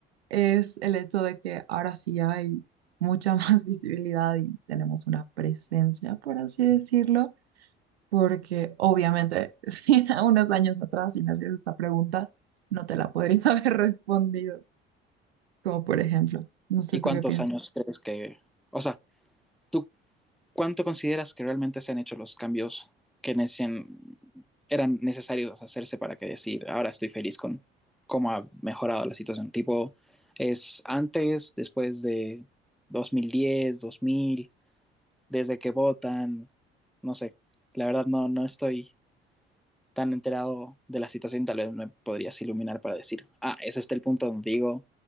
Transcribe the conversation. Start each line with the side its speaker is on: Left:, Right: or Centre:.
Right: es el hecho de que ahora sí hay mucha más <laughs> visibilidad y tenemos una presencia, por así decirlo, porque obviamente <laughs> si a unos años atrás si me hacías esta pregunta, no te la podría <laughs> haber respondido, como por ejemplo, no sé
Centre: ¿Y
Right: tú
Centre: cuántos
Right: qué piensas.
Centre: años crees que, o sea, tú cuánto consideras que realmente se han hecho los cambios que necesitan, eran necesarios hacerse para que decir, ahora estoy feliz con cómo ha mejorado la situación? Tipo, ¿es antes, después de dos mil diez, dos mil, desde que votan? No sé, la verdad no, no estoy tan enterado de la situación, tal vez me podrías iluminar para decir, ah, ese está el punto donde digo,